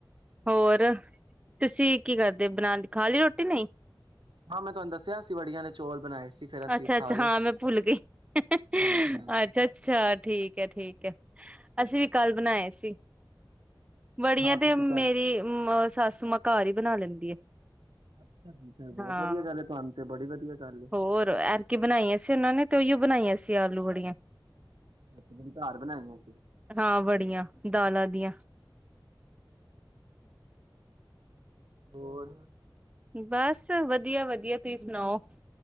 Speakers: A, on the right; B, on the right.
A: ਹੋਰ ਤੁਸੀਂ ਕੀ ਕਰਦੇ ਬਣਾ ਲੀ ਖਾ ਲੀ ਰੋਟੀ ਤਿਨੇ
B: ਹਾਂ, ਮੈਂ ਤੁਹਾਨੂੰ ਦੱਸਿਆ ਸੀ ਬੜੀਆਂ ਨੇ ਚੌਲ ਬਣਾਏ ਸੀ। ਫੇਰ ਅਸੀਂ
A: ਅੱਛਾ-
B: ਖਾ
A: ਅੱਛਾ,
B: ਲਏ
A: ਹਾਂ ਮੈਂ ਭੁੱਲ ਗਈ ਅੱਛਾ,
B: ਹਾਂਜੀ ਹਾਂਜੀ
A: ਅੱਛਾ ਠੀਕ ਹੈ ਠੀਕ ਹੈ ਅਸੀਂ ਵੀ ਕੱਲ ਬਣਾਏ ਸੀ। ਬੜੀਆਂ
B: ਹਾਂ ਤੁਸੀਂ
A: ਤੇ
B: ਕਹਿ
A: ਮੇਰੀ ਅ ਸੱਸੂ ਮਾਂ ਘਰ ਹੀ ਬਣਾ ਲੈਂਦੀ ਆ
B: ਅੱਛਾ ਜੀ ਫੇਰ ਬਹੁਤ
A: ਹਾਂ।
B: ਵਧੀਆ ਗੱਲ ਹੈ ਤੁਹਾਨੂੰ ਤੇ ਬੜੀ ਵਧੀਆ ਗੱਲ ਏ
A: ਹੋਰ ਐਤਕੀ ਬਣਾਈਆਂ ਸੀ ਉਹਨਾਂ ਨੇ ਤੇ ਉਹੀਓ ਬਣਾਈਆਂ ਸੀ। ਤੇ ਆਲੂ ਬੜੀਆਂ
B: ਤੁਸੀਂ ਘਰ ਬਣਾਈਆਂ ਸੀ
A: ਹਾਂ ਬੜੀਆਂ ਦਾਲਾਂ ਦੀਆਂ
B: ਹੋਰ
A: ਬਸ ਵਧੀਆ ਵਧੀਆ ਤੁਸੀਂ ਸੁਣਾਓ